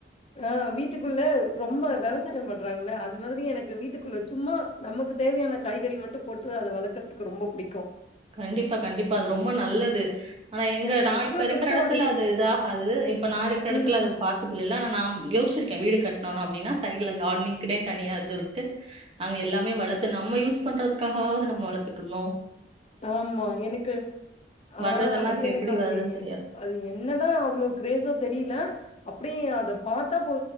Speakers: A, on the left; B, on the right.
A: ஆ வீட்டுக்குள்ள ரொம்ப வெவசாயம் பண்றாங்கல்ல அது மாதிரி எனக்கு வீட்டுக்குள்ள சும்மா நமக்கு தேவையான காய்கறி மட்டு போட்டு அத வளக்குறதுக்கு ரொம்போ புடிக்கு
B: கண்டிப்பா கண்டிப்பா அது ரொம்ப நல்லது ஆனா எங்க
A: எனக்கு
B: நா
A: அவ்ளோ
B: இ ப்பருக்கிற
A: பிடிக்கும்
B: எடத்துல அது இது ஆகாது இப்ப நா இருக்க எடத்துல
A: ம்.
B: அது பாசிபிள் இல்ல நாம் யோசிச்சிருக்கே வீடுக் கட்னோன் அப்டினா சைடுல கார்ட்னிங்குனே தனியா து விட்டு அங்க எல்லாமே வளத்து நம்ம யூஸ் பண்றதுக்காகவாது நம்ம வளத்துக்கனு
A: ஆமா எனக்கு ஆ
B: வர்றதெல்லாம்
A: அது
B: இப்ப
A: எனக்கு
B: எப்டி
A: ஆவே
B: வருதுன்னு
A: என
B: தெரியாது.
A: அது என்னதா அவ்ளோ க்ரேஸோ தெரியில அப்டியே அத பாத்தாப் போ